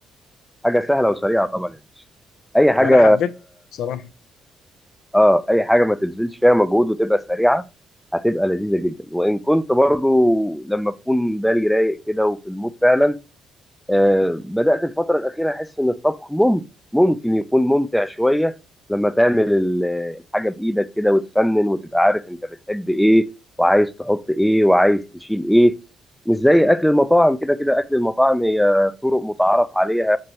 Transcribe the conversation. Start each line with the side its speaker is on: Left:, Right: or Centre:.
Centre: حاجه سهله وسريعه طبعا يا باشا اي حاجه
Left: وانا حبيت بصراحه
Centre: اه اي حاجه ما تبذلش فيها مجهود وتبقى سريعه هتبقى لذيذه جدا وان كنت برضو لما بكون بالي رايق كده وفي المود فعلا آه بدات الفتره الاخيره احس ان الطبخ ممكن ممكن يكون ممتع شويه لما تعمل ال- الحاجه بايدك كده وتفنن وتبقى عارف انت بتحب ايه وعايز تحط ايه وعايز تشيل ايه مش زي اكل المطاعم كده كده اكل المطاعم هي طرق متعارف عليها